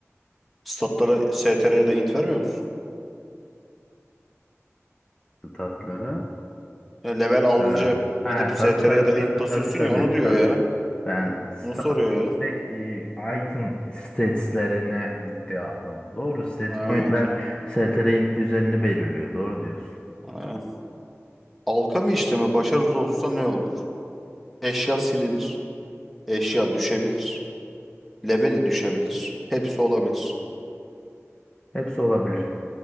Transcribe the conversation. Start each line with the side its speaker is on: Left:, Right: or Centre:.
Centre: Statlara STR ya da int vermiyor musun?
Left: Statlara.
Centre: Ya level alınca
Left: Ee, ha
Centre: gidip
Left: Benim
Centre: STR
Left: tabii tabii
Centre: ya da
Left: sektörüm
Centre: link basıyorsun
Left: tabii bu tabii
Centre: ya onu diyor
Left: tabii tabii.
Centre: ya.
Left: Ben sta
Centre: Onu soruyor ya.
Left: direkt ee, item stats'lerine gitti aklım. Doğru stat
Centre: Ha,
Left: point'ler STR int düzenini belirliyor. Doğru diyorsun.
Centre: ha. Alkami işlemi başarısız olursa ne olur? Eşya silinir. Eşya düşebilir. Leveli düşebilir. Hepsi olabilir.
Left: Hepsi olabilir.